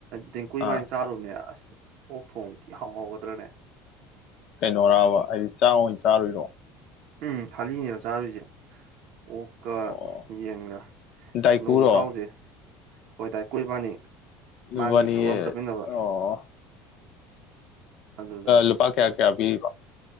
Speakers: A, on the right (about 55°); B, on the left (about 45°).
A: ꯇꯤꯡꯀꯨ ꯏꯕꯥꯅꯤ
B: ꯑꯥ
A: ꯆꯥꯔꯨꯕꯅꯦ ꯑꯁ ꯑꯣ ꯊꯣꯡ ꯊꯤ ꯍꯥꯎ ꯍꯧꯒꯗ꯭ꯔꯅꯦ
B: ꯀꯩꯅꯣꯔꯥꯕ ꯍꯥꯏꯗꯤ ꯆꯥꯛ ꯑꯣꯏꯅ ꯆꯥꯔꯨꯏꯔꯣ
A: ꯎꯝ ꯊꯥꯂꯤꯅꯦꯕ ꯆꯥꯔꯨꯏꯖꯦ ꯑꯣꯛꯀ
B: ꯑꯣ
A: ꯌꯦꯟꯒ
B: ꯗꯥꯏꯀꯨꯔꯣ
A: ꯅꯣꯡꯃ ꯆꯥꯎꯖꯦ ꯍꯣꯏ ꯗꯥꯏ ꯀꯨ ꯏꯕꯥꯅꯤ
B: ꯅꯕꯥꯅꯤ
A: ꯃꯥꯒꯤ ꯊꯕꯛ ꯑꯃ ꯆꯠꯃꯤꯟꯅꯕ
B: ꯑꯣ
A: ꯑꯗꯨꯗ
B: ꯂꯨꯄꯥ ꯀꯌꯥ ꯀꯌꯥ ꯄꯤꯔꯤꯕꯥ